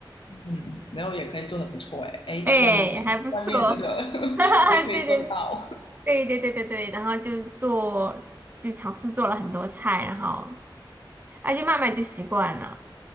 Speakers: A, on the left; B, on the right.
A: 嗯，然后也可以做的不错，哎哎，
B: <laughs> 哎还不错，
A: 外面外面这个
B: <laughs>
A: <laughs>
B: 哈哈，
A: 我也可以做得到。
B: 对对对对对对对，然后就做就尝试做了很多菜，然后啊就慢慢就习惯了，